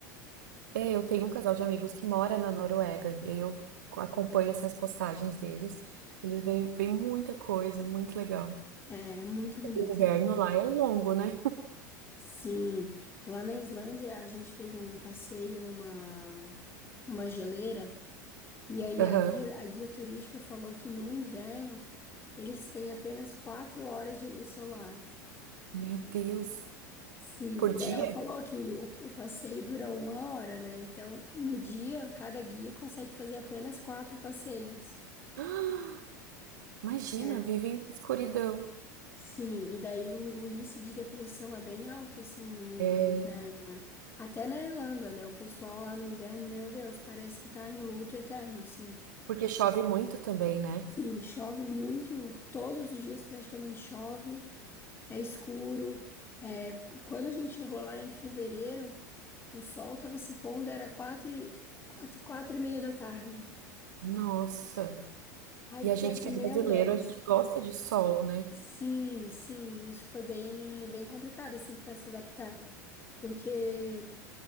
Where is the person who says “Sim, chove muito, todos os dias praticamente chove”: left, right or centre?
Left